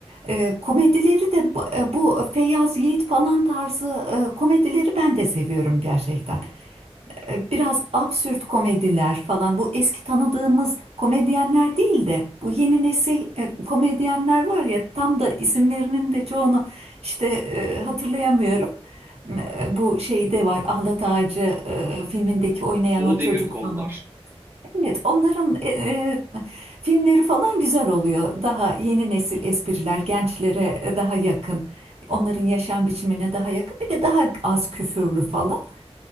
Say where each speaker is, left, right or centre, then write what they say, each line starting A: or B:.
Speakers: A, on the right; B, on the right.
A: E, komedileri de bu e, bu Feyyaz Yiğit falan tarzı e, komedileri ben de seviyorum gerçekten. e, biraz absürt komediler falan bu eski tanıdığımız komedyenler değil de bu yeni nesil e, komedyenler var ya tam da isimlerinin de çoğunu işte e, hatırlayamıyorum. E, Bu şeyde var Ahlat Ağacı e, filmindeki oynayan
B: Doğu
A: o
B: Demirkol
A: çocuk falan.
B: var.
A: Evet onların e, e, filmleri falan güzel oluyor. Daha yeni nesil espriler gençlere e, daha yakın. Onların yaşam biçimine daha yakın. Bir de daha az küfürlü falan.